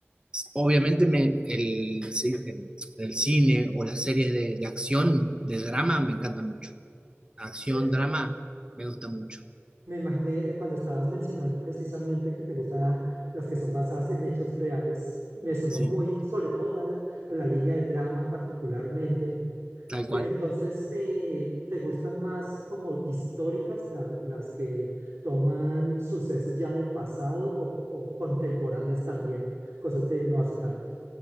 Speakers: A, on the right (about 20°); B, on the right (about 80°).
A: Obviamente me, el, ci- el, el cine o las series de, de acción, de drama, me encanta mucho. Acción,
B: eh,
A: drama, me gusta mucho,
B: me imaginé eh, cuando estabas mencionando precisamente que te gustan las que son basadas en hechos reales. Me sonó
A: sí,
B: muy, sobre todo a la, a la línea de drama particularmente,
A: tal cual.
B: Pero entonces, eh, ¿te gustan más como históricas, la- las que toman sucesos ya del pasado o, o contemporáneas también, cosas de no hace tanto?